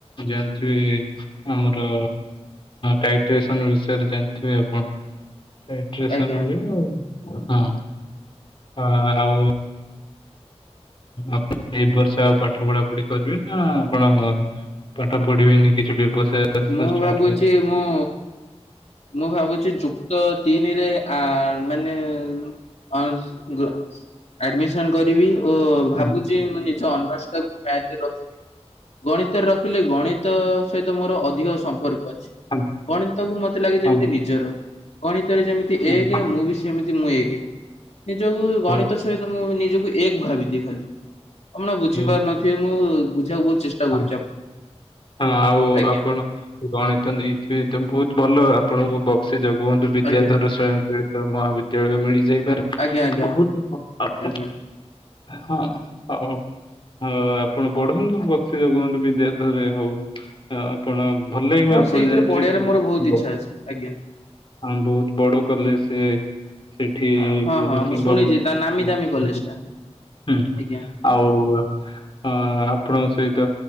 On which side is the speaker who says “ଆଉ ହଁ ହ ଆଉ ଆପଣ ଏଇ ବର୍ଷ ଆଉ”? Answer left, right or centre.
Left